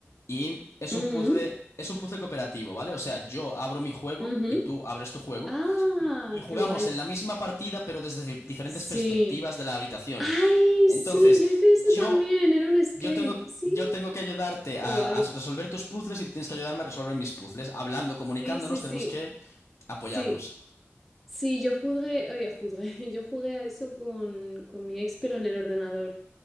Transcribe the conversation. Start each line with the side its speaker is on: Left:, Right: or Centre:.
Left: y es
Centre: mm,
Left: un puzzle, es un puzzle cooperativo, ¿vale? O sea, yo abro mi juego
Centre: ujú.
Left: y tú abres tu juego
Centre: Ah,
Left: y, y jugamos
Centre: qué guay.
Left: en la misma partida pero desde di- diferentes
Centre: Sí.
Left: perspectivas de la habitación.
Centre: Ay,
Left: Entonces,
Centre: sí, yo hice eso
Left: yo
Centre: también. Era un escape.
Left: yo tengo,
Centre: Sí,
Left: yo tengo que ayudarte a,
Centre: qué guay.
Left: a resolver tus puzzles y tú tienes que ayudarme a resolver mis puzzles. Hablando, comunicándonos,
Centre: Sí, sí, sí.
Left: tenemos que apoyarnos.
Centre: Sí, sí, sí, yo jugué, eh, jugué, <laughs> yo jugué a eso con, con mi ex, pero en el ordenador.